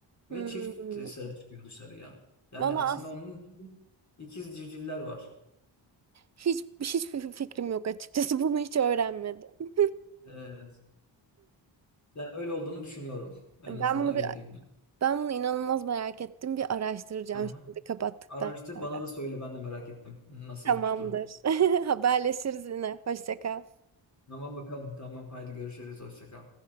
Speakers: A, on the right (about 35°); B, on the left (about 40°).
A: Hmm.
B: Ve çift e, sarı çıkıyor dışarıya. Yani
A: Valla
B: aslında
A: as-
B: onun içinde ikiz civcivler var.
A: hiç hiçbir fikrim yok açıkçası. <laughs> Bunu hiç öğrenmedim.
B: Evet. Yani öyle olduğunu düşünüyorum. En
A: Ben
B: azından
A: bunu
B: öyle
A: bir
B: diyeyim ben.
A: Ben bunu inanılmaz merak ettim. Bir araştıracağım
B: Aha.
A: şimdi kapattıktan
B: Araştır
A: sonra.
B: bana da söyle ben de merak ettim. Nasılmış
A: Tamamdır.
B: durum.
A: <laughs> Haberleşiriz yine. Hoşça kal.
B: Tamam bakalım. Tamam haydi görüşürüz. Hoşça kal.